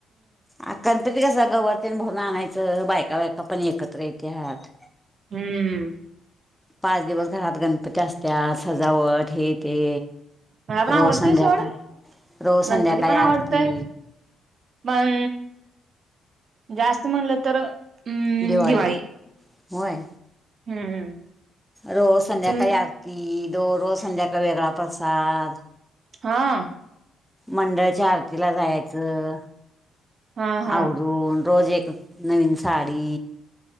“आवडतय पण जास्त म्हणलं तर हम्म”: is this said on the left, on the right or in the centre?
Right